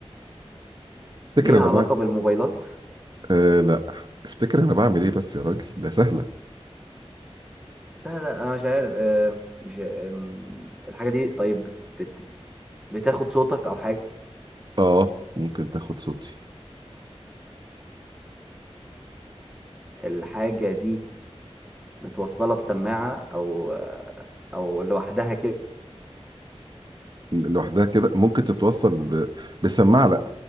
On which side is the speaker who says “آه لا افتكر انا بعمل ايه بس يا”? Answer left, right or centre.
Right